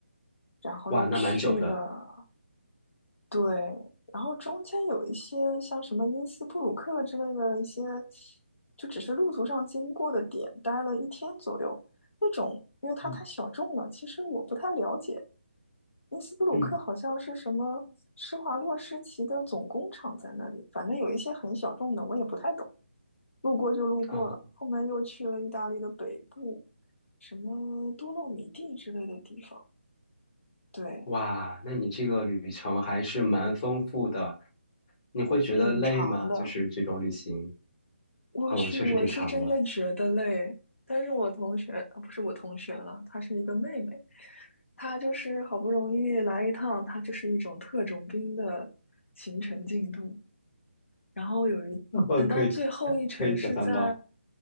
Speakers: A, on the left; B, on the left.
A: 然后又去了。
B: 哇，那蛮久的。
A: 对，然后中间有一些像什么因斯布鲁克之类的一些，就只是路途上经过的点，待了一天左右。那种，因为它太小众了，
B: 嗯
A: 其实我不太了解。因斯布鲁克好像是什么施华洛世奇的总工厂在那里，
B: 嗯
A: 反正有一些很小众的，我也不太懂，路过就路过了。
B: 啊。
A: 后面又去了意大利的北部，什么多洛米蒂之类的地方，对，
B: 哇，那你这个旅程还是蛮丰富的，你会觉得累吗？
A: 挺长的。
B: 就是这种旅行，
A: 我去，
B: 嗯，确实挺长的。
A: 我是真的觉得累，但是我同学，呃不是我同学了，她是一个妹妹，她就是好不容易来一趟，她就是一种特种兵的行程进度，然后有一，
B: <laughs> 呃，
A: 等到最后一程是在，
B: 可以可以想象到，